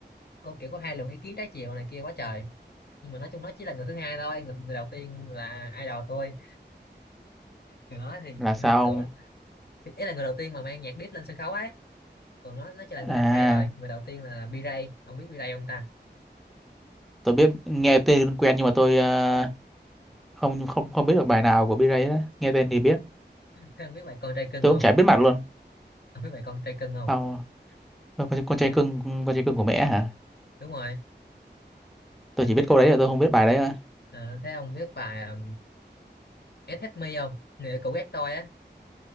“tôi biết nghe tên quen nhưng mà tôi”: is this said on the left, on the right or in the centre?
Centre